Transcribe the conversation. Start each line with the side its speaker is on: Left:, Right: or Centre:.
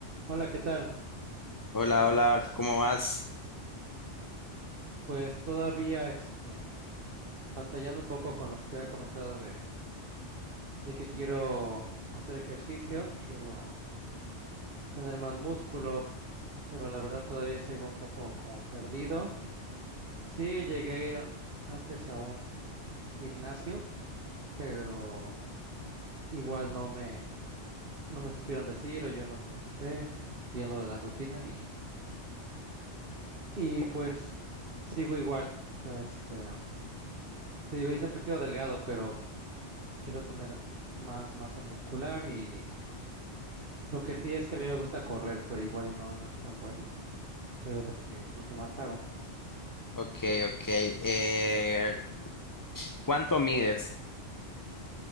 Right: Hola, ¿qué tal?
Left: Hola,
Right: ¿Cómo
Left: hola,
Right: andas?
Left: ¿cómo vas?
Right: Pues todavía este, batallando un poco con lo que te había comentado de, de que quiero hacer ejercicio, quiero tener más músculo, pero la verdad todavía sigo un poco como perdido. Sí, llegué a ir antes a un gimnasio, pero igual no me, no me supieron decir o yo no pregunté bien lo de la rutina y, y pues sigo igual. O sea, este, te digo, yo siempre he sido delgado, pero Quiero tener más masa muscular y lo que sí es que a mí me gusta correr, pero igual y no, no es tan bueno, pero es lo que, lo que más hago.
Left: Ok, ok. Eh, ¿cuánto mides?